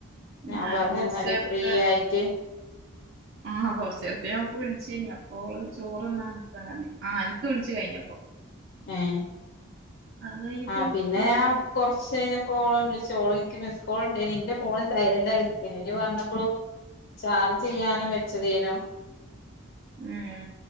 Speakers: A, on the left; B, on the right.
A: ഞാൻ
B: ഞാനിപ്പോ
A: പറഞ്ഞ്
B: കൊറച്ചേരത്തെ
A: എന്നാല് ഫ്രീ ആയിറ്റ്
B: ആഹ് കൊറച്ചേരത്തെ ഓക്ക് വിളിച്ചീനി അപ്പോ ഓള് ചോറ് തിന്നാനിക്കാണ് പറഞ്ഞ് ആ അനക്ക് വിളിച്ച് കഴിഞ്ഞപ്പോ
A: ഏഹ്
B: അത് കഴിഞ്ഞിട്ട്
A: ആ
B: വിളിക്കാ
A: പിന്നെ
B: പറഞ്ഞ്
A: ഞാ കൊറച്ച് കഴിഞ്ഞപ്പോ ഓള വിളിച്ച് ഓള് എനിക്ക് മിസ് കോൾ ഉണ്ടെനി എന്റെ ഫോണ് സൈലന്റ് ആയിരിക്കെനീ ജ്ജ് പറഞ്ഞപ്പളും ചാർജെയ്യാനും വെച്ചതേനു
B: ഉം